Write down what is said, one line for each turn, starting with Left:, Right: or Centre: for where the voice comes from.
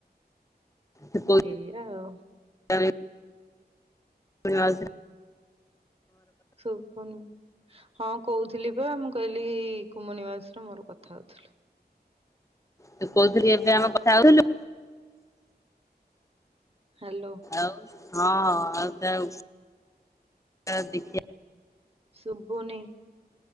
Left: ସେ କୋଉ
Right: ଏଇଆ ଆଉ।
Left: <unintelligible>
Right: ଶୁବୁନୁ। ହଁ କହୁଥିଲି ପା ମୁଁ କହିଲି କୁମୁନି ମାଉସି ର ମୋର କଥା ହଉଥିଲୁ।
Left: ତୁ କୋଉ ଦିନ <unintelligible> ହେଉ ଥିଲୁ?
Right: ହ୍ୟାଲୋ
Left: ଆଉ ହଁ ଆଉ ତା ତା ଦେଖିବା।
Right: ଶୁବୁନି।